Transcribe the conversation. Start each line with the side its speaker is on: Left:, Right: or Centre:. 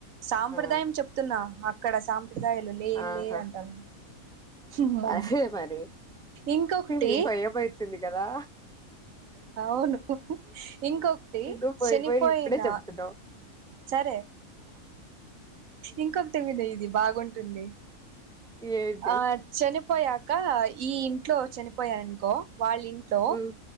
Right: సాంప్రదాయం
Centre: ఆ
Right: చెప్తున్నా అక్కడ సాంప్రదాయాలు లే
Centre: ఆహా
Right: లే అంటారు అమ్మో
Centre: అదే మరి
Right: ఇంకొకటి
Centre: ఈ భయం అయితుంది కదా
Right: అవును ఇంకొకటి
Centre: నువ్వు పోయి
Right: చనిపోయిన
Centre: పోయి ఇప్పుడే చెప్తున్నావు
Right: సరే ఇంకొకటి విద ఇది బాగుంటుంది
Centre: ఏంటి
Right: ఆ చనిపోయాక ఈ ఇంట్లో చనిపోయారనుకో వాళ్ళ ఇంట్లో
Centre: ఉమ్